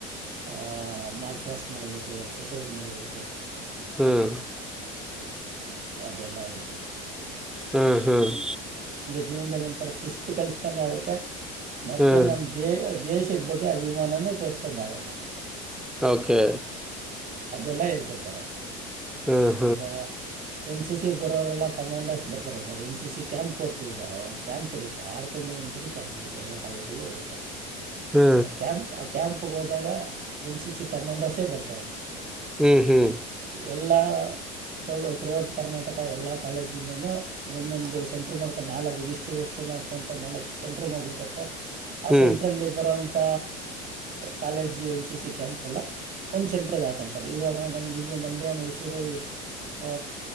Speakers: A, on the right; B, in the centre.
A: ಹಾ ಮಾರ್ಚ್ ಫಾಸ್ಟ್ ಮಾಡ್ಬೇಕು ಎಕ್ಸಸೈಜ್ ಮಾಡ್ಬೇಕು.
B: ಹ್ಮ್
A: ಅದೆಲ್ಲ ಇರುತ್ತೆ ಸರ್.
B: ಹ್ಮ್ ಹ್ಮ್.
A: ಜೀವನದಲ್ಲೊಂತರ ಶಿಸ್ತು ಕಲ್ಸಿದಂಗಾಗುತ್ತೆ ಮತ್ತೆ
B: ಹಾಂ
A: ನಮ್ಮ ದೇ ದೇಶ್ ಶದ್ ಬಗ್ಗೆ ಅಭಿಮಾನಾನು ತೋರಿಸ್ದಂಗಾಗುತ್ತೆ.
B: ಓಕೆ.
A: ಅದೆಲ್ಲ ಹೇಳ್ಕೊಡ್ತಾರ.
B: ಹಾಂ ಹಾಂ
A: ಯಾಕಂದ್ರ ಎನ್ ಸಿ ಸ್ ಸಿಗ್ ಬರೋರೆಲ್ಲ ಕಮಾಂಡರ್ಸ್ ಬರ್ತಾರೆ ಸರ್ ಎನ್ ಸಿ ಸಿ ಕ್ಯಾಂಪ್ಗ್ ಹೋಗ್ತಿವಿ ಸರ್ ಕ್ಯಾಂಪ್ ಇರುತ್ತೆ ಆರು ತಿಂಗಳಿಗೆ ಒಂದ್ಸತಿ ಕ್ಯಾಂಪ್ ಕ್ಯಾಂಪ್ ಇರುತ್ತೆ ಎಲ್ಲ ಕಾಲೇಜಲ್ಲು ಇರುತ್ತೆ.
B: ಹಾಂ
A: ಆ ಕ್ಯಾಂಪ್ ಆ ಕ್ಯಾಂಪಗ್ ಹೋದಾಗ ಎನ್ ಸಿ ಸಿ ಕಮಾಂಡೋಸೇ ಬರ್ತಾರೆ.
B: ಹ್ಮ್ ಹ್ಮ್.
A: ಎಲ್ಲ ಟೋಲ್ ಥ್ರುಔಟ್ ಕರ್ನಾಟಕ ಎಲ್ಲ ಕಾಲೇಜಿಂದಾನೂ ಒಂದೊಂದು ಸೆಂಟ್ರ್ ಮಾಡ್ಕೊಂಡು ನಾಲವ್ ಈಸ್ಟ್ ವೆಸ್ಟ್ ನಾರ್ತ್ ಅಂತ ನಾಲಕ್ ಸೆಂಟರ್ ಮಾಡಿರ್ತಾರ್ ಸರ್. ಆ
B: ಹ್ಞೂ
A: ಸೆಂಟ್ರಲ್ಲಿ ಬರುವಂಥ college N C C camps ಎಲ್ಲ ಒಂದ್ ಸೆಂಟ್ರಗ್ ಹಾಕಂತಾರೆ ಇವಾಗ ನಮ್ಗ್ ಹಿಂಗೆ ಮಂಡ್ಯ ಮೈಸೂರು ಆ